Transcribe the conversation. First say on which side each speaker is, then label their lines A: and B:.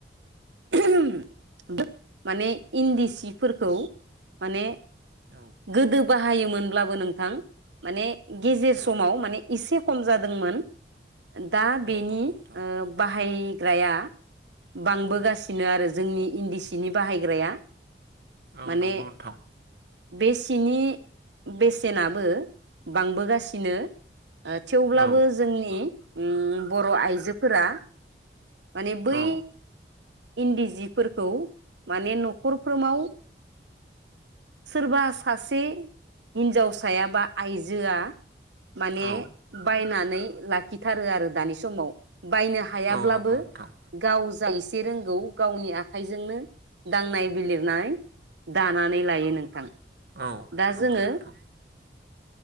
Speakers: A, on the right (about 90°); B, on the right (about 65°).
A: <unintelligible> माने इन्दि सिफोरखौ माने
B: औ
A: गोदो बाहायोमोनब्लाबो नोंथां माने गेजेर
B: औ
A: समाव माने एसे खम जादोंमोन दा
B: औ
A: बेनि
B: नंगौ
A: ओ
B: नोंथां
A: बाह बाहायग्राया बांबोगासि
B: औ
A: जोंनि इन्दि सिनि बाहायग्राया
B: औ
A: माने
B: नंगौ नोंथां
A: बे सिनि बेसेनाबो बांबोगासिनो ओ थेवब्लाबो
B: औ
A: जोंनि उम बर' आइजोफोरा माने बै
B: औ
A: इन्दि जिफोरखौ माने न'खरफ्रोमाव सोरबा सासे हिन्जावसाया बा आइजोआ माने
B: औ
A: बायनानै लाखिथारो आरो दानि समाव बाय ब्लाबो
B: औ नंगौ नोंथां
A: गाव जा एसे रोंगौ गावनि आखाइजोंनो दांनाय बिलिरनाय दानानै लायो नोंथां।
B: औ
A: दा
B: नंगौ
A: जोङो
B: नोंथां